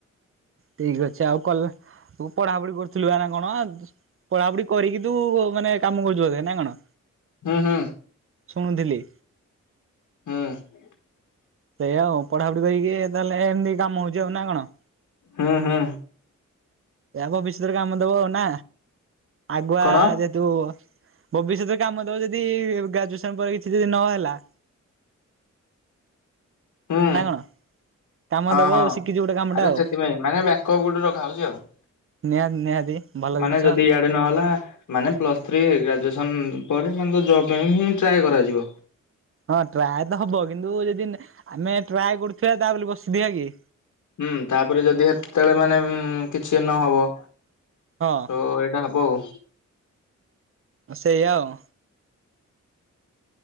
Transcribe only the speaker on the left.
ହୁଁ ହୁଁ।
ହୁଁ।
ହୁଁ ହୁଁ।
କଣ
ହୁଁ
ହଁ
ହଁ
ଆରେ
ସେଥିପାଇଁ ମାନେ ବ୍ୟାକପ ଗୋଟେ ରଖା ହଉଛି ଆଉ।
ମାନେ
ଯଦି ଇଆଡେ ନହେଲା। ମାନେ ପ୍ଲସ ଥ୍ରୀ ଗ୍ରାଜୁଏସନ ପରେ ମାନେ ତ ଜବ ପାଇଁ ହିଁ ଟ୍ରାଏ କରାଯିବ।
ହୁଁ ତାପରେ ଯଦି ହେତେତେଳେ ମାନେ କିଛି ନହବ।
ତ ଏଇଟା ହବ ଆଉ।